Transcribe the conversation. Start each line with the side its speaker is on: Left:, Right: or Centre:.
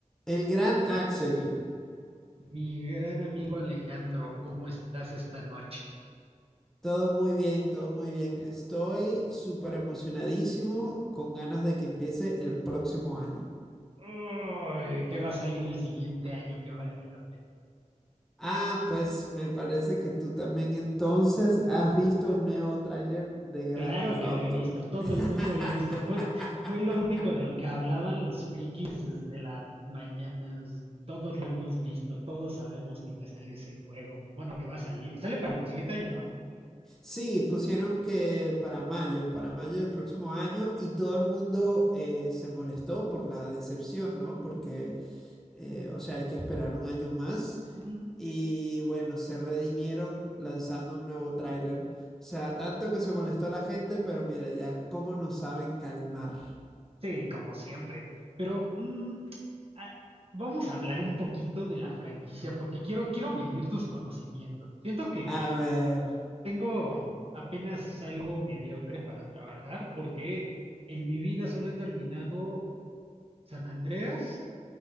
Centre: El gran Axel,
Right: Mi gran amigo Alejandro, ¿cómo estás esta noche?
Centre: todo muy bien, todo muy bien. Estoy súper emocionadísimo con ganas de que empiece el próximo año.
Right: Uy, ¿qué va a salir el siguiente año que valga la pena?
Centre: Ah, pues me parece que tú también entonces has visto el nuevo tráiler de Grand
Right: Claro
Centre: Theft
Right: que
Centre: Auto.
Right: lo he visto, todo
Centre: <laughs>
Right: el mundo lo ha visto. Fue, fue lo único de lo que hablaban los frikis desde la mañana. es- Todos lo hemos visto, todos sabemos que ya sale ese juego. Bueno, que va a salir. Sale para el siguiente año, ¿no?
Centre: Sí, pusieron que para mayo, para mayo del próximo año y todo el mundo eh, se molestó por la decepción, ¿no? Porque, eh, o sea, hay que esperar un año más
Right: Mm,
Centre: Y bueno, se redimieron lanzando un nuevo tráiler. O sea, tanto que se molestó la gente, pero mira ya cómo nos saben calmar.
Right: sí, como siempre. Pero mm, ah, vamos a hablar un poquito de la franquicia porque quiero, quiero medir tus conocimientos. Siento que
Centre: A ver,
Right: Tengo apenas algo mediocre para trabajar porque en mi vida solo he terminado San Andreas,